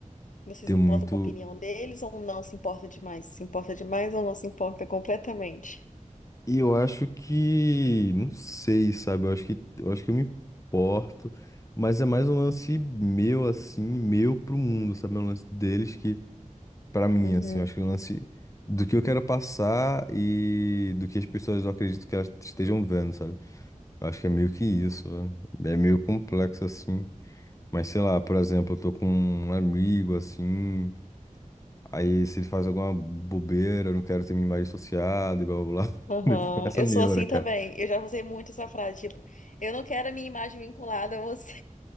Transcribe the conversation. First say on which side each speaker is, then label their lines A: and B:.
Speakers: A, on the left; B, on the left.
A: Você
B: Tem
A: se importa
B: muito.
A: com a opinião deles ou não se importa demais? Se importa demais ou não se importa completamente?
B: E eu acho que. Não sei, sabe? Eu acho que, eu acho que eu me importo. Mas é mais um lance meu, assim, meu pro mundo, sabe? É um lance deles que, pra mim,
A: Uhum.
B: assim, eu acho que é um lance do que eu quero passar e do que as pessoas eu acredito que elas estejam vendo, sabe? Eu acho que é meio que isso, né? É meio complexo, assim. Mas sei lá, por exemplo, eu tô com um amigo assim, aí se ele faz alguma bobeira, eu não quero ter minha imagem associada e blá blá blá.
A: Aham.
B: <laughs> Eu fico nessa
A: Eu
B: neura,
A: sou assim
B: cara.
A: também. Eu já usei muito essa frase, tipo, eu não quero a minha imagem vinculada a você.